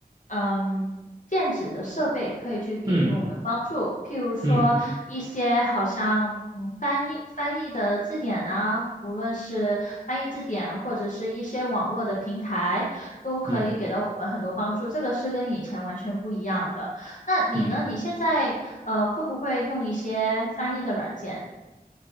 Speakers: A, on the left; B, on the right.
A: 嗯，电子的设备可以去给予我们帮助，
B: 嗯
A: 譬如说一些好像嗯翻译翻译的字典呐、
B: 嗯
A: 无论是翻译字典或者是一些网络的平台，都可以给到我们很多帮助。
B: 嗯
A: 这个是跟以前完全不一样的。那你呢？
B: 嗯。
A: 你现在呃会不会用一些翻译的软件？
B: 嗯